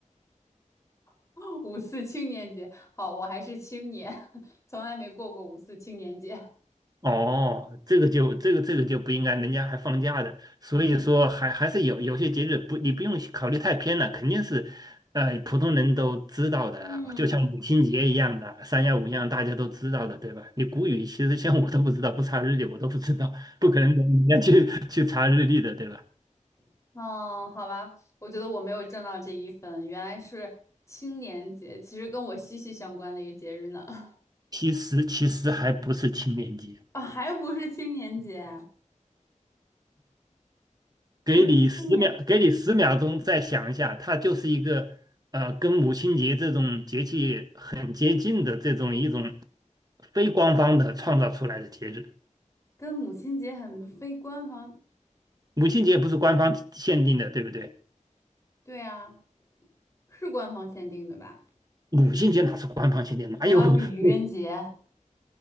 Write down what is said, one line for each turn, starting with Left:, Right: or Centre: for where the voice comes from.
Left: <laughs> 五四青年节，好，我还是青年，<laughs> 从来没过过五四青年节。
Right: 哦，这个就这个这个就不应该，人家还放假的，所以说还还是有有些节日不，你不用考虑太偏了，肯定是，呃，普通人都知道的，
Left: 嗯，
Right: 就像母亲节一样的，三幺五一样，大家都知道的，对吧？你古语其实像我都不知道，不查日历我都不知道，不可能人家去去查日历的，对吧？
Left: <laughs> 哦，好吧，我觉得我没有挣到这一分，原来是青年节，其实跟我息息相关的一个节日呢。<laughs>
Right: 其实其实还不是青年节。
Left: 啊、还不是青年节啊，
Right: 给你十秒，
Left: 不是青年，
Right: 给你十秒钟再想一下，它就是一个呃，跟母亲节这种节气很接近的这种一种非官方的创造出来的节日。
Left: 跟母亲节很非官方，
Right: 母亲节不是官方限定的，对不对？
Left: 对啊，是官方限定的吧？
Right: 母亲节哪是官方限定？哪有
Left: 难道是愚人节？
Right: <laughs>